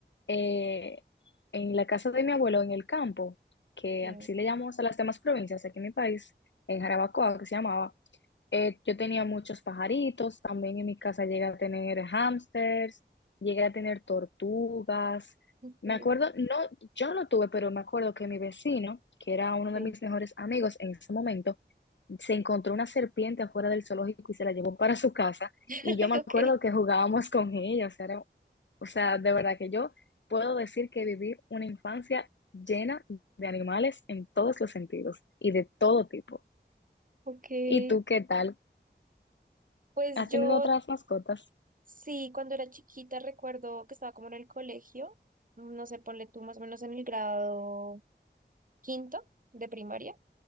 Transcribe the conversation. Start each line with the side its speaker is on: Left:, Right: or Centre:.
Left: eh, en la casa de mi abuelo, en el campo, que
Right: Sí,
Left: así le llamamos a las demás provincias aquí en mi país, en Jarabacoa, que se llamaba, eh, yo tenía muchos pajaritos, también en mi casa llegué a tener hámsters, llegué a tener tortugas. Me
Right: sí,
Left: acuerdo, no, yo no tuve, pero me acuerdo que mi vecino, que era uno
Right: sí.
Left: de mis mejores amigos en ese momento, se encontró una serpiente afuera del zoológico y se la llevó para su casa.
Right: <laughs>
Left: Y yo me
Right: okay
Left: acuerdo que jugábamos con ella, o sea, era- o sea, de verdad que yo puedo decir que viví una infancia llena de animales en todos los sentidos y de todo tipo.
Right: okay
Left: ¿Y tú qué tal?
Right: Pues
Left: ¿Has
Right: yo
Left: tenido otras mascotas?
Right: sí, cuando era chiquita recuerdo que estaba como en el colegio, mm, no sé, ponle tú más o menos en el grado quinto de primaria.